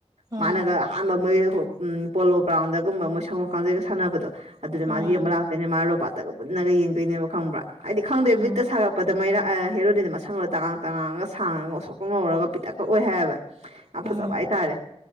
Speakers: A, on the right (about 35°); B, on the right (about 70°).
A: ꯎꯝ
B: ꯃꯥꯅꯒ ꯑꯍꯥꯟꯕ ꯃꯣꯏ ꯎꯝ ꯄꯣꯂꯣ ꯒ꯭ꯔꯥꯎꯟꯗꯒ ꯃ ꯃꯁꯥꯋꫭꯡ ꯀꯥꯡꯖꯩꯒ ꯁꯥꯟꯅꯕꯗꯣ ꯑꯗꯨꯗ
A: ꯎꯝ
B: ꯃꯥꯖꯦ ꯌꯦꯡꯕ ꯂꯥꯛꯇꯣꯏꯅꯦ ꯃꯥ ꯔꯣꯕꯥꯠꯇꯒ ꯃꯨꯟꯅꯒ ꯌꯦꯡꯗꯣꯏꯅꯦꯕ ꯈꯪꯕ꯭ꯔꯥ ꯍꯥꯏꯗꯤ ꯈꯪꯗꯦ
A: ꯎꯝ
B: ꯕꯤꯠꯇ ꯁꯥꯒꯠꯄꯗ ꯃꯥꯏꯔꯥ ꯑꯩ ꯍꯦꯔꯣꯅꯤꯗꫭ ꯃꯁꯝꯒ ꯇꯉꯥꯡ ꯇꯉꯥꯡꯉꯒ ꯁꯥꯡꯉꯒ ꯉꯣꯁꯣꯛꯀ ꯉꯧꯔꯒ ꯄꯤꯇꯛꯀ ꯑꯣꯏ ꯍꯥꯏꯌꯦꯕ ꯌꯥꯝ
A: ꯎꯝ
B: ꯐꯖꯕ‌ ꯍꯥꯏꯇꯥꯔꯦ